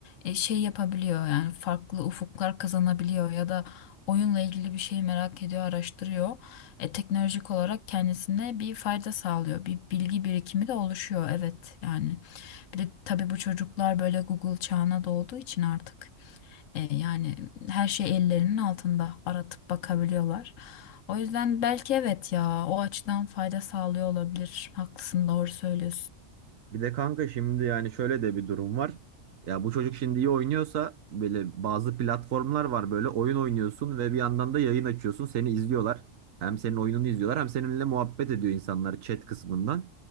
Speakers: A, on the left; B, on the right.
A: e, şey yapabiliyor. Yani farklı ufuklar kazanabiliyor ya da oyunla ilgili bir şeyi merak ediyor, araştırıyor. E, teknolojik olarak kendisine bir fayda sağlıyor. Bir bilgi birikimi de oluşuyor. Evet yani bir de tabii bu çocuklar böyle Google çağına doğduğu için artık. E, yani her şey ellerinin altında aratıp bakabiliyorlar. O yüzden belki evet ya o açıdan fayda sağlıyor olabilir. Haklısın doğru söylüyorsun.
B: Bir de kanka şimdi yani şöyle de bir durum var. Ya bu çocuk şimdi iyi oynuyorsa böyle bazı platformlar var böyle oyun oynuyorsun ve bir yandan da yayın açıyorsun seni izliyorlar. Hem senin oyununu izliyorlar hem seninle muhabbet ediyor insanlar chat kısmından.